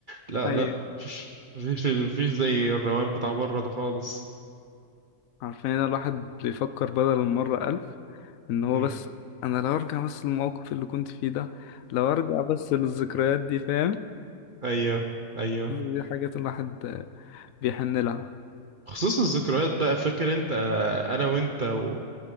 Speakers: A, on the right; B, on the left.
A: لا
B: ايوه
A: لا مفيش مفيش مفيش زي الروان بتاع بره ده خالص
B: عارفين ان الواحد بيفكر بدل المرة ألف إن هو
A: امم
B: بس أنا لو أرجع بس للموقف اللي كنت فيه ده لو أرجع بس للذكريات دي فاهم
A: ايوه ايوه
B: كل دي حاجات الواحد آه، بيحن لها
A: خصوص الذكريات بقى فاكر انت آه، انا وانت و...